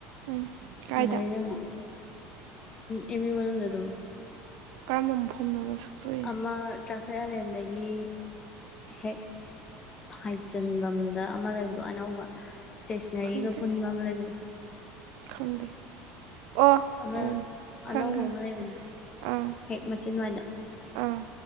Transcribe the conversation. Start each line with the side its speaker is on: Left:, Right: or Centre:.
Right: ꯎꯝ ꯀꯥꯏꯗ
Left: ꯑꯗꯩꯗꯤ ꯑꯃꯨꯛ ꯑꯦꯝ ꯃꯨꯏ ꯃꯅꯨꯡꯗ ꯑꯗꯨꯝ꯫
Right: ꯀꯔꯝꯕ ꯃꯐꯝꯅꯣꯕ꯫ ꯁꯨꯛꯇꯣꯏꯁꯦ
Left: ꯑꯃ ꯇ꯭ꯔꯥꯐꯤꯛ ꯑꯥꯏꯂꯦꯟꯗꯒꯤ ꯍꯦꯛ꯫ ꯍꯥꯏꯆꯟꯐꯝꯗ ꯑꯃ ꯂꯩꯕꯗꯣ ꯑꯅꯧꯕ ꯏꯁꯇꯦꯁꯅꯔꯤꯒ
Right: ꯈꯪꯗꯦ
Left: ꯄꯨꯟꯕ ꯑꯃ ꯂꯩꯕꯗꯣ꯫
Right: ꯈꯪꯗꯦ꯫ ꯑꯣ
Left: ꯑꯃ
Right: ꯎꯝ
Left: ꯑꯅꯧꯕ
Right: ꯈꯪ ꯈꯪ
Left: ꯑꯃ ꯂꯩꯕꯅꯦ
Right: ꯑꯥ
Left: ꯍꯦꯛ ꯃꯆꯤꯟꯋꯥꯏꯗ꯫
Right: ꯑꯥ